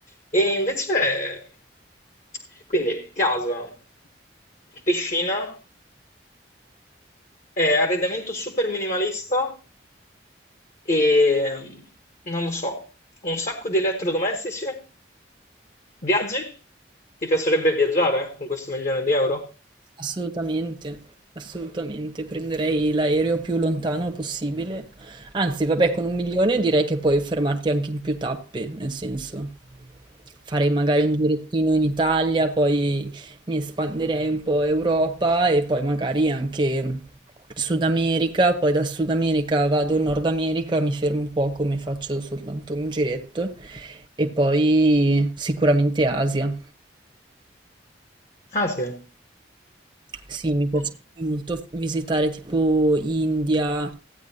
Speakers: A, on the left (about 40°); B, on the right (about 25°).
A: E invece, quindi casa, piscina, eh, arredamento super minimalista e non lo so, un sacco di elettrodomestici, viaggi? Ti piacerebbe viaggiare con questo milione di euro?
B: Assolutamente, assolutamente. Prenderei l'aereo più lontano possibile. Anzi, vabbè, con un milione direi che puoi fermarti anche in più tappe, nel senso, farei magari un girettino in Italia, poi mi espanderei un po' Europa e poi magari anche Sud America, poi da Sud America vado in Nord America, mi fermo un po' come faccio soltanto un giretto e poi sicuramente Asia.
A: Ah sì,
B: Sì, mi piacerebbe
A: Mm,
B: molto f- visitare tipo India,